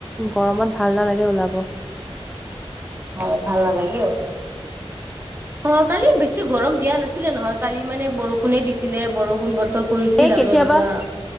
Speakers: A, in the centre; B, on the right.
A: গৰমত ভাল নালাগে ওলাব।
B: হয় ভাল নালাগে। অ কালি বেছি গৰম দিয়া নাছিলে নহয় কালি মানে বৰষুণে দিছিলে বৰষুণ বতৰ কৰিছিল
A: এই কেতিয়াবা
B: আৰু এনেকুৱা